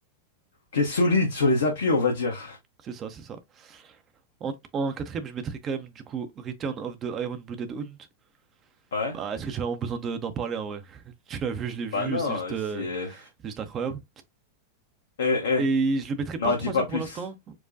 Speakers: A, on the left (about 65°); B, on the right (about 30°).
A: qui est solide sur les appuis, on va dire.
B: C'est ça, c'est ça. En, en quatrième, je mettrais quand même du coup Return of the Iron-Blooded Hound.
A: Ouais.
B: Bah, est-ce que j'ai vraiment besoin de- d'en parler en vrai? <laughs> Tu l'as vu, je l'ai
A: Bah
B: vu,
A: non,
B: c'est juste,
A: euh,
B: euh,
A: c'est...
B: c'est juste incroyable.
A: Eh, eh.
B: Et je le mettrai
A: Non,
B: pas troisième
A: dis pas plus.
B: pour l'instant,